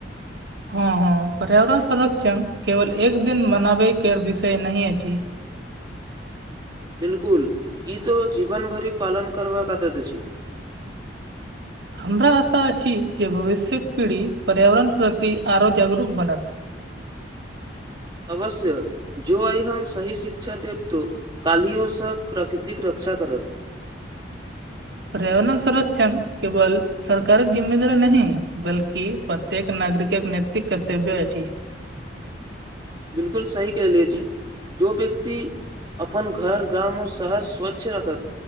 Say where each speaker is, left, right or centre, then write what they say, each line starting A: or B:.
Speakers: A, on the right; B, on the right.
A: हँ हँ पर्यावरण संरक्षण केवल एक दिन मनाबे के विषय नहि अछि
B: बिलकुल ई तो जीवन भरि पालन करबाक आदत अछि
A: हमरा आशा अछि जे भविष्य्यक पीढ़ी पर्यावरण प्रति आरो जागरूक बनत
B: अवश्य जो आइ हम सही शिक्षा देब तो कालियो सब प्राकृतिक रक्षा करत
A: पर्यावरण संरक्षण केवल सरकारक जिम्ममेदारी नही बल्कि प्रत्येक नागरिक नेतृत्व कर्तव्य अछि
B: बिलकुल सही कहलिये जी जो व्यक्ति अपन घर गाम और शहर स्वच्छ रखत